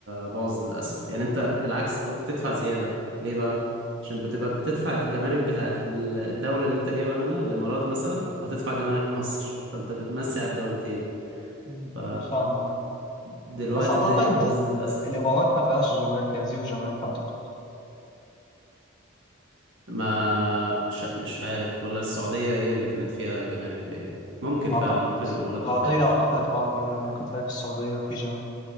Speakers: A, on the right; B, on the left.
A: باظ للأسف يعني أنت بالعكس أنت ممكن تدفع زيادة ليه بقى؟ عشان بتبقى بتدفع الجمارك بتاعت الدولة اللي أنت جايبها منها الإمارات مثلا هتدفع جمارك في مصر فأنت بتمسي على الدولتين
B: م-
A: ف
B: مش فاهمة
A: دلوقتي
B: بس أعتقد
A: الدنيا باظت
B: ال-
A: للأسف
B: الإمارات ما فيهاش جمارك هي زيرو جمارك أعتقد
A: ما مش مش عارف والله السعودية هي اللي كانت فيها جمارك باين ممكن
B: م،
A: فعلا
B: أعتقد
A: ممكن الإمارات
B: السعودية
A: ما فيهاش
B: أعتقد أه فيها ممكن تلاقي في السعودية في جمارك